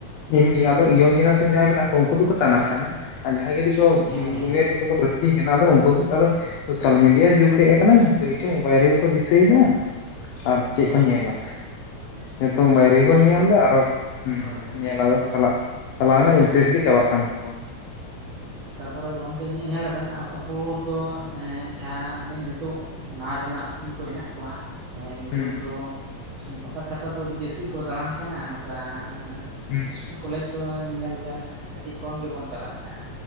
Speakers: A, on the left; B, on the right.
A: ᱮᱢᱱᱤ ᱟᱫᱚ ᱤᱭᱚᱝ ᱡᱮᱱᱟᱨᱮᱥᱚᱱ ᱡᱟᱦᱟᱸᱭ ᱢᱮᱱᱟᱜ ᱠᱚᱣᱟ ᱩᱱᱠᱩ ᱫᱚ ᱠᱟᱹᱴ ᱴᱟᱱᱟᱜ ᱠᱟᱱᱟ ᱟ ᱡᱟᱦᱟᱸᱭ ᱠᱟᱹᱴᱤᱡ ᱠᱚ
B: ᱦᱮᱸ
A: ᱩᱢᱮᱨ ᱩᱱᱠᱩ ᱠᱚ ᱞᱟᱹᱠᱛᱤ ᱠᱟᱱᱟ ᱟᱫᱚ ᱩᱱᱠᱩ ᱫᱚ ᱟᱫᱚ ᱥᱳᱥᱟᱞ ᱢᱤᱰᱤᱭᱟ ᱡᱩᱜᱽ ᱦᱮᱡ ᱟᱠᱟᱱᱟ ᱡᱷᱚᱛᱚ ᱠᱤᱪᱷᱩ ᱢᱳᱵᱟᱭᱤᱞ ᱨᱮᱜᱮ ᱠᱚ ᱫᱤᱥᱟᱹᱭᱮᱫᱟ᱾ ᱟᱨ ᱪᱮᱫ
B: ᱦᱮᱸ
A: ᱠᱚ ᱧᱮᱞᱟ?
B: ᱦᱮᱸ
A: ᱱᱮᱛᱚᱝ ᱵᱟᱭᱨᱮ
B: ᱦᱮᱸ
A: ᱜᱮᱠᱚ
B: ᱛᱟᱨᱯᱚᱨᱮ
A: ᱧᱮᱞ ᱫᱟ ᱟᱨᱚᱦᱚᱸ ᱦᱩᱸ
B: ᱦᱳᱭ ᱦᱳᱭ
A: ᱧᱮᱞ
B: ᱦᱳᱭ
A: ᱟᱨᱚ ᱪᱟᱞᱟᱜ ᱪᱟᱞᱟᱣ ᱨᱮᱱᱟᱜ ᱤᱱᱴᱮᱥ
B: ᱛᱟᱨᱯᱚᱨᱮ
A: ᱜᱮ ᱪᱟᱵᱟᱜ ᱠᱟᱱ ᱛᱟᱠ
B: ᱛᱟᱯᱚᱨᱮ ᱜᱚᱝᱠᱮ ᱤᱧᱟᱹᱜ ᱧᱮᱞ ᱞᱮᱵᱮᱱ ᱟᱵᱚ ᱫᱚ ᱦᱮᱸ ᱡᱟᱦᱟᱸ ᱱᱤ ᱱᱤᱛ ᱛᱳᱜ ᱱᱟᱣᱟ ᱡᱮᱱᱟᱨᱮᱥᱚᱱ ᱠᱚ ᱦᱮᱱᱟᱜ ᱠᱚᱣᱟ ᱦᱮᱸ ᱱᱩᱠᱩ
A: ᱦᱩᱸ
B: ᱫᱚ ᱯᱟᱛᱟ ᱪᱷᱟᱛᱟ ᱫᱚ ᱟᱹᱰᱤ ᱡᱟᱹᱥᱛᱤ ᱠᱚ ᱫᱟᱬᱟᱱ ᱠᱟᱱᱟ ᱱᱚᱠᱟ ᱮᱸᱜ
A: ᱦᱩᱸ
B: ᱤᱥᱠᱩᱞ ᱠᱚᱞᱮᱡᱽ ᱫᱚ ᱧᱮᱞ ᱵᱮᱱ ᱟᱹᱰᱤ ᱠᱚᱢ ᱜᱮᱵᱚᱱ ᱪᱟᱞᱟᱜ ᱠᱟᱱᱟ᱾